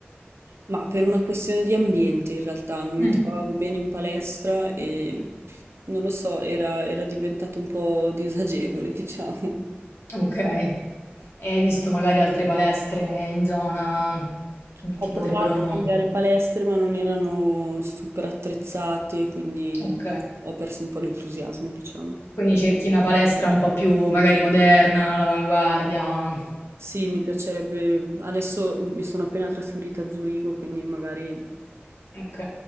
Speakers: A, on the right; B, on the left.
A: Ma per una questione di ambiente in realtà, non mi
B: Mm.
A: trovavo bene in palestra e non lo so, era, era diventato un po' disagevole, <laughs> diciamo.
B: Ok, e hai visto magari altre palestre in zona
A: Ho
B: che
A: provato
B: potrebbero...
A: a cambiare palestre, ma non erano super attrezzate, quindi
B: Ok,
A: non so, ho perso un po' l'entusiasmo, diciamo.
B: quindi cerchi una palestra un po' più magari moderna, all'avanguardia. No,
A: Sì, mi piacerebbe. mhmm, Adesso mi sono appena trasferita a Zurigo, quindi magari,
B: ok.